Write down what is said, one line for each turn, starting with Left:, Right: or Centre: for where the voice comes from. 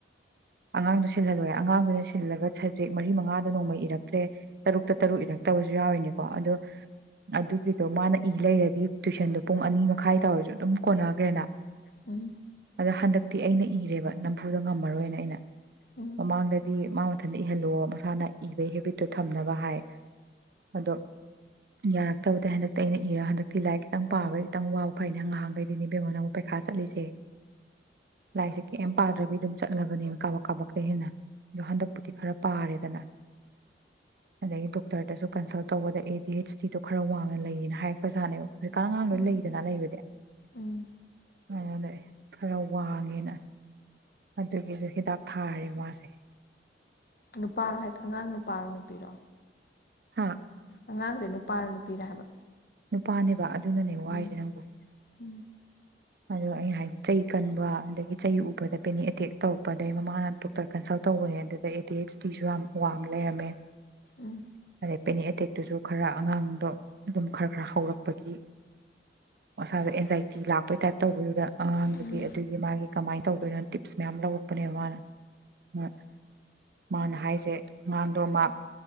Right: ꯑꯉꯥꯡꯗꯣ ꯁꯤꯜꯍꯜꯂꯣ ꯑꯉꯥꯡꯗꯨꯅ ꯁꯤꯜꯂꯒ ꯁ ꯃꯔꯤ ꯃꯉꯥꯗꯣ ꯅꯣꯡꯃꯩ ꯏꯔꯛꯇ꯭ꯔꯦ ꯇꯔꯨꯛꯇ ꯇꯔꯨꯛ ꯏꯔꯛꯇꯕꯁꯨ ꯌꯥꯎꯔꯤꯅꯤꯀꯣ ꯑꯗꯣ ꯑꯗꯨꯒꯤꯗꯣ ꯃꯥꯅ ꯏ ꯂꯩꯔꯗꯤ ꯇꯨꯏꯁꯟꯗꯣ ꯄꯨꯡ ꯑꯅꯤ ꯃꯈꯥꯏ ꯇꯧꯔꯁꯨ ꯑꯗꯨꯝ ꯀꯣꯟꯅꯈꯒ꯭ꯔꯦꯅ
Left: ꯎꯝ
Right: ꯑꯗ ꯍꯟꯗꯛ ꯇꯤ ꯑꯩꯅ ꯏꯔꯦꯕ ꯅꯝꯐꯨꯗ ꯉꯝꯃꯔꯣꯏꯅ ꯑꯩꯅ
Left: ꯎꯝ
Right: ꯃꯃꯥꯡꯗꯗꯤ ꯃꯥ ꯃꯊꯟꯗ ꯏ ꯏꯍꯜꯂꯣ ꯃꯁꯥꯅ ꯏꯕꯩ ꯍꯦꯕꯤꯠꯇꯨ ꯊꯝꯅꯕ ꯍꯥꯏ ꯑꯗꯣ ꯌꯥꯔꯛꯇꯕꯗ ꯍꯟꯗꯛꯇꯤ ꯑꯩꯅ ꯏꯔꯒ ꯍꯟꯗꯛꯇꯤ ꯂꯥꯏꯔꯤꯛ ꯈꯤꯇꯪ ꯄꯥꯕꯩ ꯈꯤꯇꯪ ꯋꯥꯕ ꯐꯩꯅꯦ ꯉꯍꯥꯟꯈꯩꯗꯤꯅꯦ ꯏꯕꯦꯝꯃ ꯅꯪꯕꯨ ꯄꯩꯈꯥ ꯆꯠꯂꯤꯁꯦ ꯂꯥꯏꯔꯤꯛꯁꯦ ꯀꯩꯝ ꯄꯥꯗ꯭ꯔꯕꯤ ꯑꯗꯨꯝ ꯆꯠꯂꯕꯅꯦꯕ ꯀꯥꯕꯛ ꯀꯥꯕꯛꯇꯩ ꯍꯦꯟꯅ ꯑꯗꯣ ꯍꯟꯗꯛ ꯇꯤ ꯈꯔ ꯄꯥꯔꯦꯗꯅ ꯑꯗꯩꯒꯤ ꯗꯣꯛꯇꯔꯗꯁꯨ ꯀꯟꯁꯜ ꯇꯧꯕꯗ ꯑꯦ ꯗꯤ ꯍꯩꯆ ꯗꯤ ꯗꯣ ꯈꯔ ꯋꯥꯡꯅ ꯂꯩꯌꯦꯅ ꯍꯥꯏꯔꯛꯄꯖꯥꯠꯅꯦꯕ ꯍꯧꯖꯤꯛ ꯀꯥꯟ ꯑꯉꯥꯡ ꯂꯣꯏ
Left: ꯎꯝ
Right: ꯂꯩꯗꯅ ꯂꯩꯕꯗꯤ
Left: ꯎꯝ
Right: ꯎꯝ ꯂꯩꯌꯦ ꯈꯔ ꯋꯥꯡꯉꯦꯅ ꯑꯗꯨꯒꯤꯁꯨ ꯍꯤꯗꯥꯛ ꯊꯥꯔꯦ ꯃꯥꯁꯦ
Left: ꯅꯨꯄꯥꯔꯣ ꯍꯥꯏꯁꯦ ꯑꯉꯥꯡ ꯅꯨꯄꯥꯔꯣ ꯅꯨꯄꯤꯔꯣ
Right: ꯍꯥꯥ
Left: ꯑꯉꯥꯡꯁꯦ ꯅꯨꯄꯥꯔ ꯅꯨꯄꯤꯔ ꯍꯥꯏꯕ
Right: ꯅꯨꯄꯥꯅꯦꯕ ꯑꯗꯨꯅꯅꯦ ꯋꯥꯔꯤꯁꯦ
Left: ꯎꯝ
Right: ꯅꯪꯕꯣ
Left: ꯎꯝ
Right: ꯑꯗꯣ ꯑꯩꯩꯅ ꯍꯥꯏꯗꯤ ꯆꯩ ꯀꯟꯕ ꯑꯗꯒꯤ ꯆꯩ ꯎꯕꯗ ꯄꯦꯅꯤꯛ ꯑꯦꯇꯦꯛ ꯇꯧꯔꯛꯄꯗꯩꯩ ꯃꯃꯥꯅ ꯗꯣꯛꯇꯔ ꯀꯟꯁꯜ ꯇꯧꯕꯅꯦ ꯑꯗꯨꯗ ꯑꯦꯗꯤ ꯑꯩꯆ ꯗꯤꯁꯨ ꯌꯥꯝ ꯋꯥꯡ ꯂꯩꯔꯝꯃꯦ
Left: ꯎꯝ
Right: ꯑꯗꯩꯩ ꯄꯦꯅꯤꯛ ꯑꯦꯇꯦꯛ ꯇꯨꯁꯨ ꯈꯔ ꯑꯉꯥꯡꯗꯣ ꯑꯗꯨꯝ ꯈꯔ ꯈꯔ ꯍꯧꯔꯛꯄꯒꯤ ꯃꯁꯥꯗ ꯑꯦꯟꯖꯥꯏꯇꯤ ꯂꯥꯛꯄꯩ ꯇꯥꯏꯞ ꯇꯧꯕꯗꯨꯗ ꯑꯉꯥꯡꯗꯨꯒꯤ
Left: ꯎꯝ
Right: ꯑꯗꯨꯒꯤ ꯃꯥꯒꯤ ꯀꯃꯥꯏꯅ ꯇꯧꯗꯣꯏꯅꯣ ꯇꯤꯞꯁ ꯃꯌꯥꯝ ꯂꯧꯔꯛꯄꯅꯦꯕ ꯃꯥꯅ ꯃꯥꯅ ꯍꯥꯏꯁꯦ ꯑꯉꯥꯡꯗꯣ ꯃꯥꯛ